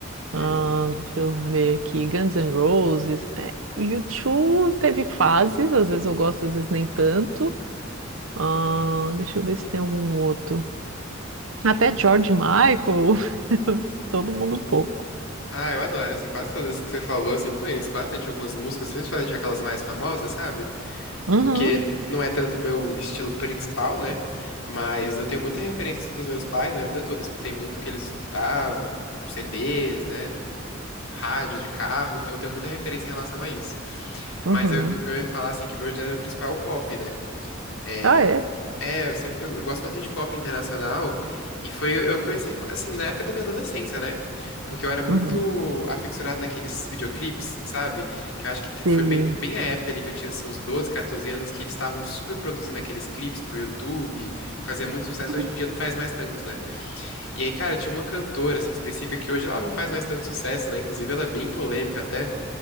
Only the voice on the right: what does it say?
ahn,
deixa eu ver aqui, Guns N' Roses, é, o U2 teve fases, às vezes eu gosto, às vezes nem tanto, ahn, deixa eu ver se tem algum outro, até George Michael, <laughs> todo mundo um pouco.
Uhum,
uhum,
ah é,
uhum,
sim,
uhum,